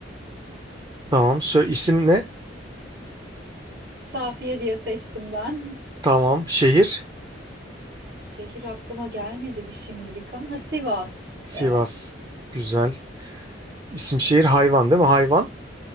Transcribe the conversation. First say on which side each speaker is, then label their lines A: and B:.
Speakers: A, on the right; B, on the right.
A: Tamam. Sö isim ne?
B: Safiye diye seçtim ben. <laughs>
A: Tamam. Şehir.
B: Şehir aklıma gelmedi bir şimdilik ama. Ha, Sivas.
A: Sivas.
B: Evet.
A: Güzel. İsim şehir hayvan değil mi? Hayvan.